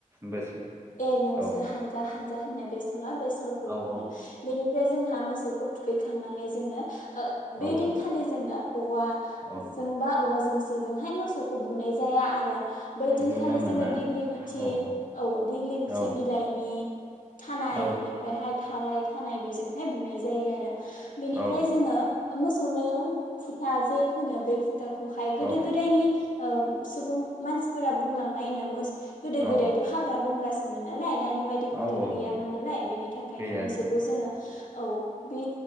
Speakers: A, on the right (about 20°); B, on the left (about 75°).
A: बोसोर
B: एर नोंसोर
A: औ
B: हा हानजा होननाय बे सल' बे सल'खौ
A: औ
B: खनो बेनिफ्राय जोंहा मोसौ खौ थुखैखांनानै जोङो ओ बै
A: औ
B: दिनखालि जोङो औवाजों
A: औ
B: बा औवा जोंसिजोंहाय मोसौखौ बुनाय जाया आरो। बैदिनखालि
A: बुनो मोना
B: जोङो दिग्लिलिथि
A: औ औ
B: औ दिग्लि लिथि
A: औ
B: बिलाइनि थानाय
A: औ
B: बिनिफ्रायहाय थाराय थानाय बेजोंहाय बुनाय जायो आरो। बेनिफ्राय
A: औ
B: जोङो मोसौनो फुथा जे फोनो बेुफुथा थाखौहाय गोदो
A: औ
B: गोदायनि ओ सुबुं मानसिफोरा बुंलांनायनो गोदो
A: औ
B: गोदायथ' हाग्रा बंग्रासोमोन नालाय दानि बायदि फोथार
A: औ औ
B: गैयामोन नालाय बेनि थाखायनो
A: गैया
B: मोसौखौ
A: गैया
B: जोङो औ बे